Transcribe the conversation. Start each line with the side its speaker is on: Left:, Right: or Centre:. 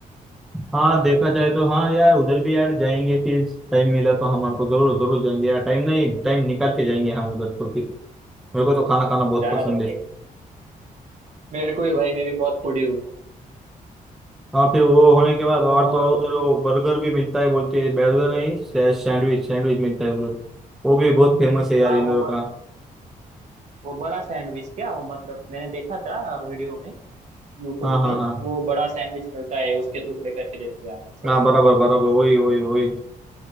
Centre: हाँ देखा जाए तो हाँ यार उधर भी यार जाएंगे फिर टाइम मिला तो हमारे को जरूर जरूर जाएंगे यार टाइम नहीं टाइम निकाल के जाएंगे हम उधर तो फिर मेरे को तो खाना खाना बहुत
Right: जाना
Centre: पसंद
Right: तो पड़ेगा
Centre: है
Right: मेरे को भी भाई मैं भी बहुत फूडी हूँ
Centre: हाँ फिर वो होने के बाद और
Right: वो
Centre: तो और उधर वो बर्गर भी मिलता है बोलते हैं बर्गर नहीं सैंडविच सैंडविच मिलता है उधर वो भी बहुत फेमस है यार
Right: हाँ
Centre: इंदौर
Right: वो ब,
Centre: का
Right: वो बड़ा सैंडविच क्या वो मतलब मैंने देखा था वीडियो में यूट्यूब
Centre: हाँ हाँ
Right: पे
Centre: हाँ
Right: वो बड़ा सैंडविच मिलता है उसके टुकड़े करके देते हैं यहाँ पे छोटे
Centre: हाँ
Right: छोटे
Centre: बराबर बराबर वही वही वही